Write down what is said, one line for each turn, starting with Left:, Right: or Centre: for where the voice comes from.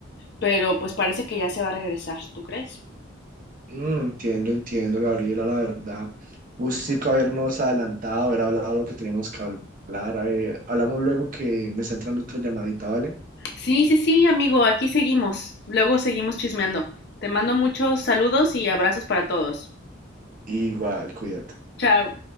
Left: pero pues parece que ya se va a regresar, ¿tú crees?
Right: Mm, entiendo, entiendo, Gabriela, la verdad. Gustico habernos adelantado, haber hablado lo que teníamos que hablar. Eh, hablamos luego que me está entrando otra llamadita, ¿vale?
Left: Sí, sí, sí, amigo, aquí seguimos. Luego seguimos chismeando. Te mando muchos saludos y abrazos para todos.
Right: Igual, cuídate.
Left: Chao.